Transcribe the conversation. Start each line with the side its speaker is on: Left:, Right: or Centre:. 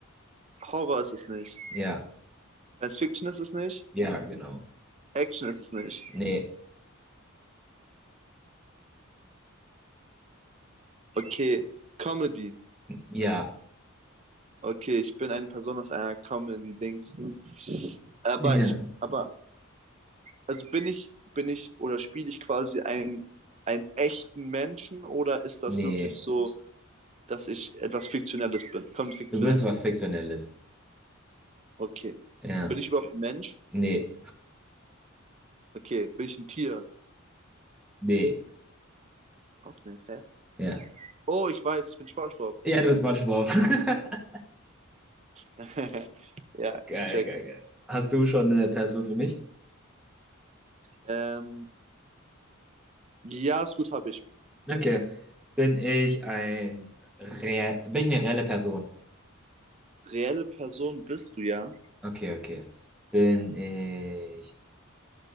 Right: Horror ist es nicht,
Centre: Ja.
Right: Science Fiction ist es nicht,
Centre: Ja, genau.
Right: Action ist es nicht.
Centre: Nee.
Right: Okay, Comedy.
Centre: Ja.
Right: Okay, ich bin eine Person aus einer Comedy-Dingsens. Aber
Centre: Ja.
Right: ich, aber, also bin ich, bin ich oder spiele ich quasi einen, einen echten Menschen oder ist das
Centre: Nee.
Right: wirklich so, dass ich etwas Fiktionelles bin? Kommt fiktionell?
Centre: Du bist was Fiktionelles.
Right: Okay.
Centre: Ja.
Right: Bin ich überhaupt Ja. ein Mensch?
Centre: Nee.
Right: Okay. Bin ich ein Tier?
Centre: Nee,
Right: Auch nicht, hä?
Centre: ja.
Right: Oh, ich weiß, ich bin SpongeBob.
Centre: Ja, du bist Spongebob. <laughs>
Right: <laughs> Ja,
Centre: Geil,
Right: ich check.
Centre: geil, geil. Hast du schon eine Person für mich?
Right: Ähm, ja, ist gut, habe ich.
Centre: Okay. Bin ich ein Re bin ich eine reelle Person?
Right: Reelle Person bist du ja?
Centre: Okay, okay. Bin ich